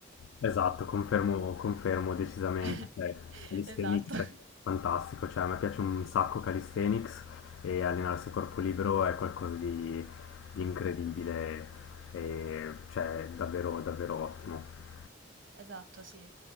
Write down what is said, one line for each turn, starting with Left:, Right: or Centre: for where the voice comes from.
Left: esatto, confermo, confermo decisamente.
Right: <laughs>
Left: Cioè, calisthenics
Right: Esatto.
Left: è fantastico, cioè, a me piace un sacco calisthenics e allenarsi a corpo libero è qualcosa di, di incredibile, e, cioè davvero, davvero ottimo.
Right: Esatto, sì.